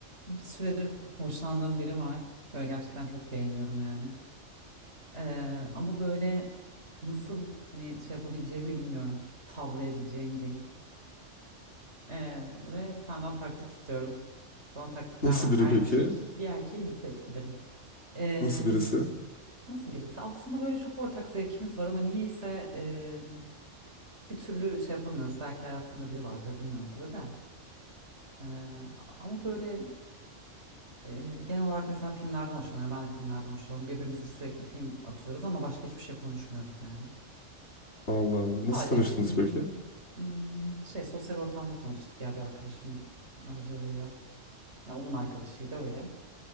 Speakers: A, on the right; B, on the left.
A: bir süredir hoşlandığım biri var. Böyle gerçekten çok beğeniyorum yani. Ee, ama böyle nasıl hani şey yapabileceğimi bilmiyorum. Tavlayabileceğimi diyeyim. Ee, ve senden taktik istiyorum. Bana taktikler
B: Nasıl
A: var.
B: biri
A: Erkek,
B: peki?
A: bir erkeği nasıl etkilerim? Ee,
B: Nasıl birisi?
A: nasıl birisi? Aslında böyle çok ortak zevkimiz var ama niyeyse e, bir türlü şey yapamıyoruz. Belki hayatında biri vardır bilmiyorum tabii de. Ee, ama böyle e, genel olarak mesela filmlerden hoşlanıyor. Ben de filmlerden hoşlanıyorum. Birbirimize sürekli film atıyoruz ama başka hiçbir şey konuşmuyoruz yani.
B: Allah Allah. Nasıl
A: Sadece
B: tanıştınız
A: filmler
B: peki?
A: Hmm, şey sosyal ortamda tanıştık ya bir arkadaşım aracılığıyla. Ya onun arkadaşıydı öyle.